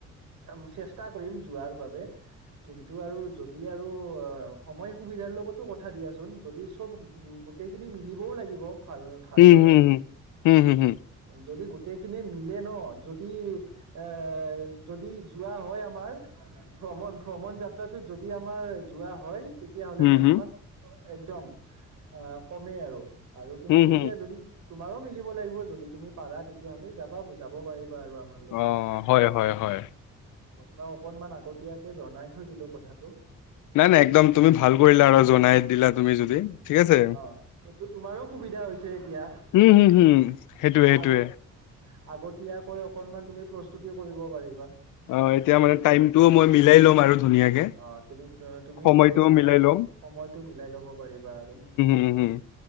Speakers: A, on the right (about 70°); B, on the left (about 85°).
A: অম চেষ্টা কৰিম যোৱাৰ বাবে কিন্তু আৰু যদি আৰু অ সময় সুবিধাৰ লগতো কথা দিয়াচোন যদি চব গোটেইখিনি মিলিবও লাগিব ভাল ভালদৰে
B: হম হম হম
A: উম
B: হম হম
A: যদি গো গোটেইখিনি মিলে ন যদি এ যদি যোৱা হয় আমাৰ ভ্ৰমণ-ভ্ৰমণ যাত্ৰাটোত যদি আমাৰ যোৱা হয় তেতিয়া হলে
B: হম
A: মই
B: হম
A: তোমাক একদম আহ কমেই আৰু আৰু তুমি
B: হম
A: তেতিয়া
B: হম
A: যদি তোমাৰো মিলিব লাগিব যদি তুমি পাৰা তেতিয়াহলে যাবা যাব পাৰি বা আৰু আমাৰ লগত
B: অ হয় হয় হয়
A: মই তোমাক অকনমান আগতীয়াকে জনাই থৈ দিলো কথাটো
B: নাই নাই একদম তুমি ভাল কৰিলা আৰু জনাই দিলা তুমি যদি ঠিক আছে
A: অ সেইটো তোমাৰো সুবিধা হৈছে এতিয়া
B: উম হুম সেইটোয়ে
A: তুমি
B: সেইটোয়ে
A: আগত আগতীয়াকৈ অকনমান তুমি প্ৰস্তুতি কৰিব পাৰিবা
B: অ এতিয়া মানে টাইমটোও মই মিলাই ল'ম আৰু ধুনীয়াকে
A: আহ তুমি তুমি
B: সময়টোও
A: নিজৰ সময়
B: মিলাই লম
A: সময়টো মিলাই ল'ব পাৰিবা আৰু
B: উম হুম